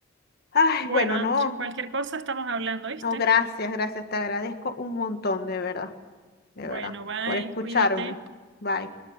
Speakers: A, on the left (about 50°); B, on the right (about 60°).
A: Ay,
B: Bueno,
A: bueno,
B: antes,
A: no.
B: cualquier cosa estamos hablando, ¿viste?
A: Oh, gracias, gracias, te agradezco un montón, de verdad, de
B: Bueno,
A: verdad,
B: bye,
A: por escucharme.
B: cuídate.
A: Bye.